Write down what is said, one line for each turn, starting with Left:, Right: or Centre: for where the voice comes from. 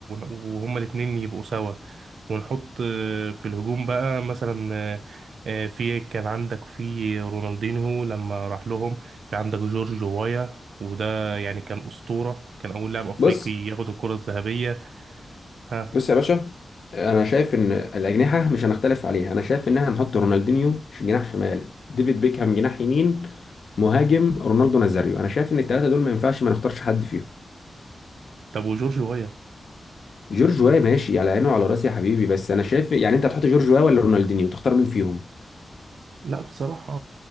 Right: وهما الاتنين يبقوا سوا ونحط آه، في الهجوم بقى مثلا آه، آه، في كان عندك في رونالدينيو لما راح لهم في عندك جورج وايا وده يعني كان أسطورة كان أول لاعب أفريقي
Left: بص
Right: ياخد الكرة الذهبية ها
Left: بص يا باشا انا شايف ان الاجنحه مش هنختلف عليها انا شايف ان احنا نحط رونالدينيو ش- جناح شمال ديفيد بيكهام جناح يمين مهاجم رونالدو نازاريو انا شايف ان الثلاثه دول ما ينفعش ما نختارش حد فيهم
Right: طب وجورج وايا
Left: جورج واي ماشي على عيني وعلى راسي يا حبيبي بس انا شايف يعني انت هتحط جورج واي ولا رونالدينيو تختار مين فيهم
Right: لا بصراحة